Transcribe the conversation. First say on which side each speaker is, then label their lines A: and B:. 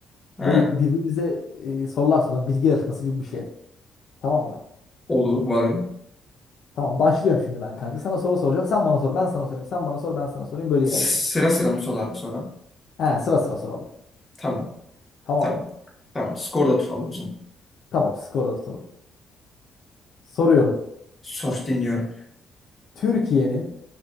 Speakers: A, on the left (about 25°); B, on the left (about 70°).
A: He,
B: Böyle birbirimize e, sorular soralım. Bilgi yarışması gibi bir şey. Tamam mı?
A: olur, varım.
B: Tamam başlıyorum şimdi ben kanka. Sana soru soracağım. Sen bana sor. Ben sana sorayım. Sen bana sor. Ben sana sorayım. Böyle
A: Sıra
B: ilerleyelim.
A: sıra mı sorar sonra?
B: He, sıra sıra soralım.
A: Tamam,
B: Tamam
A: tamam.
B: mı?
A: Tamam, skor da tutalım o zaman.
B: Tamam, skor atalım Soruyorum.
A: Sos dinliyorum.
B: Türkiye'nin